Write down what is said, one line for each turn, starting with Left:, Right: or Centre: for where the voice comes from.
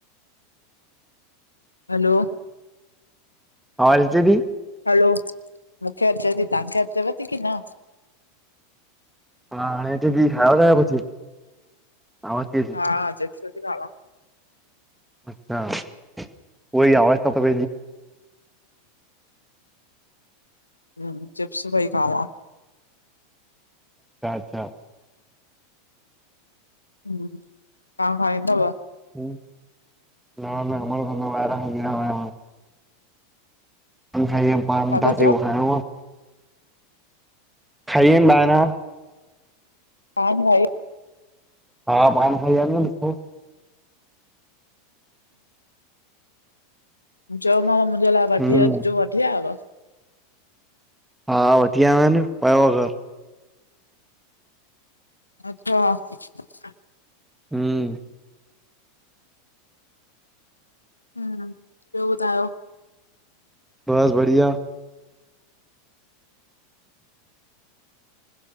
Left: हलो।
Centre: आवाज़ अचेती?
Left: हलो मूंखे अचे थी, तव्हांखे अचेव थी की न?
Centre: हा हाणे अचेती खाव ता शा कुष आवाज ही अचे।
Left: हा अचे ती न हवा।
Centre: अच्छा उहई आवाज़ु ते
Left: ह चिप्स पई खावां।
Centre: छा, छा।
Left: हू तवा कंदवा।
Centre: ह न न अर को वहिरदी न कल खाही आयूँ पान,
Left: छा था
Centre: तवाखे
Left: चओ?
Centre: कुहो रोहा। खाई आयूँ बाहिरा।
Left: हा न भाई।
Centre: हा, पान खाई आयूँ न मिठो।
Left: चयोमां मुंहिंजे लाइ वठी
Centre: हम्म,
Left: अचजो, वठी आयांव?
Centre: हा वठी आयो आ न, पयो आहे घर।
Left: अच्छा। <inaudible>
Centre: हूं
Left: ॿियो ॿुधायो?
Centre: बस बढ़िया।